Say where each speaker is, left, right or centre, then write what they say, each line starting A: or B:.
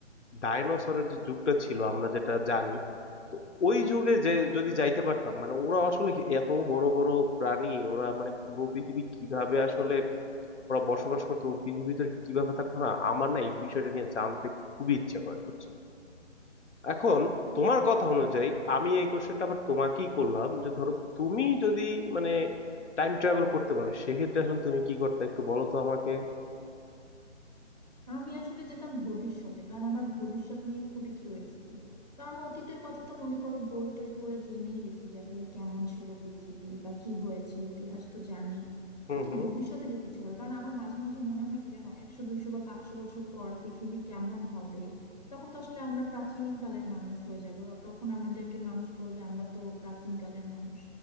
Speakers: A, on the left; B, on the left.
A: ডাইনোসরের যে যুগটা ছিল আমরা যেটা জানি তো ওই যুগে যে যদি যাইতে পারতাম মানে ওরা আসলে কি- এত বড় বড় প্রাণী ওরা মানে পুরো পৃথিবী কিভাবে আসলে ওরা বসবাস করতো এবং পৃথিবীর ভিতরে কিভাবে থাকতো না আমার না এই বিষয়টা নিয়ে জানতে খুবই ইচ্ছে করে বুঝছো এখন তোমার কথা অনুযায়ী আমি এই কোশ্চেনটা আবার তোমাকেই করলাম যে ধরো তুমি যদি মানে টাইম ট্রাভেল করতে পারো সেক্ষেত্রে আসলে তুমি কি করতে একটু বলো তো আমাকে
B: আমি আসলে যেতাম ভবিষ্যতে কারণ আমার ভবিষ্যৎ নিয়ে খুবই কিউরিয়াসিটি কারণ অতীতের কথা তো মনে করো বই টই পড়ে জেনেই গেছি যে আসলে কেমন ছিল পৃথিবী বা কি হয়েছে ইতিহাস তো জানি
A: হুম
B: কিন্তু
A: হুম
B: ভবিষ্যতে যেতে ইচ্ছে করে কারণ আমার মাঝে মাঝে মনে হয় কি জানো একশো দুইশো বা পাঁচশো বছর পর পৃথিবী কেমন হবে তখন তো আসলে আমরা প্রাচীন কালের মানুষ হয়ে যাব তখন আমাদেরকে মানুষ বলবে আমরা তো প্রাচীন কালের মানুষ